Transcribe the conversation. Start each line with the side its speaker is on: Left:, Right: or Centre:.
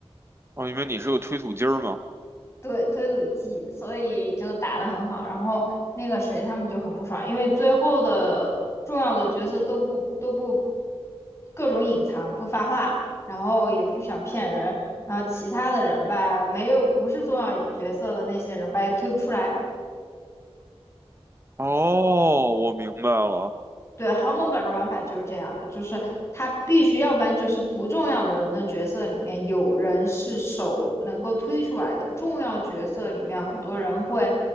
Right: 哦，因为你是个推土机儿嘛。
Left: 对，推土机，所以就打得很好。然后那个谁他们就很不爽，因为最后的重要的角色都不都不各种隐藏，不发话，然后也不想骗人，然后其他的人吧，没有不是重要角色的那些人吧，也推不出来。
Right: 哦，我明白了。
Left: 对，豪门本的玩法就是这样的，就是他必须，要不然就是不重要的人的角色里面有人是手能够推出来的，重要角色里面很多人会，